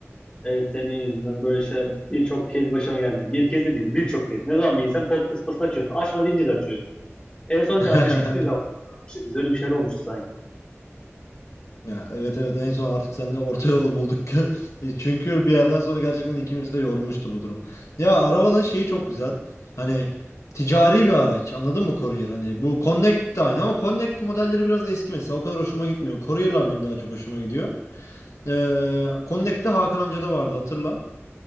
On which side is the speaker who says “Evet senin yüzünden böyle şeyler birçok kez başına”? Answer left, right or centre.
Left